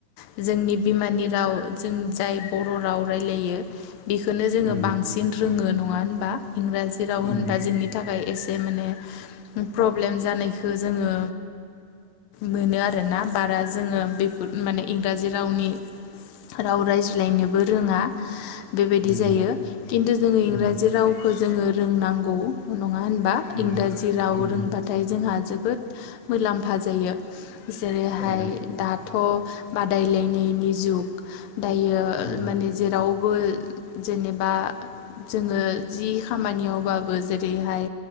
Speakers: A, on the left; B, on the right.
A: जो जोंनि बिमानि राव जों जाय बर' राव रायलायो बेखोनो जोङो
B: उम
A: बांसिन रोङो नङा होनबा इंराजि राव
B: उम
A: होनबा जोंनि थाखाय एसे माने प्रब्लेम जानायखौ जोङो मोनो आरोना बारा जोङो बेफोर माने इंराजि रावनि राव रायज्लायनोबो रोङा बेबायदि
B: उम
A: जायो खिन्थु जोङो
B: उम
A: इंराजि रावखौ जोङो रोंनांगौ नङा होनबा
B: उम
A: इंराजि राव
B: उम
A: रोंबाथाय जोंहा जोबोद मुलाम्फा जायो जे
B: ओं
A: दाथ' बादालायनायनि जुग दायो
B: ओं
A: माने जेराव बो जेनेबा जोङो जि खामानियावबाबो जेरैहाय